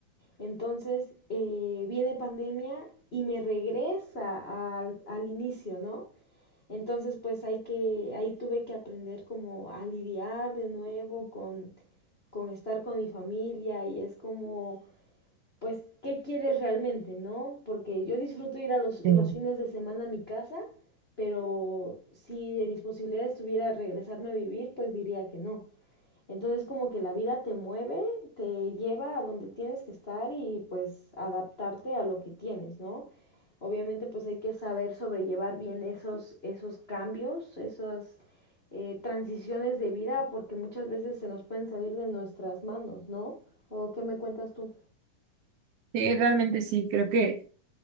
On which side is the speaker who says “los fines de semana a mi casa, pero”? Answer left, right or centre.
Left